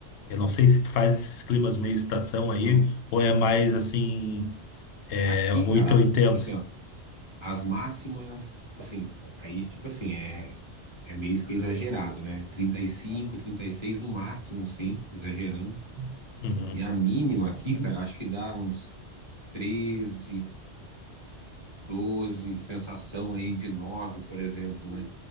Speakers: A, on the left; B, on the right.
A: Eu não sei se tu faz esses climas meio estação aí,
B: Não.
A: ou é mais assim, é
B: Aqui,
A: oitocentos
B: cara,
A: e oitenta
B: assim, ó, As máximas, assim, aí, tipo assim, é, é meio que exagerado, né? trinta trinta e cinco trinta e seis no máximo, assim, exagerando.
A: Uhum.
B: E a mínima aqui, cara, acho que dá uns treze doze sensação aí de nove por exemplo, né?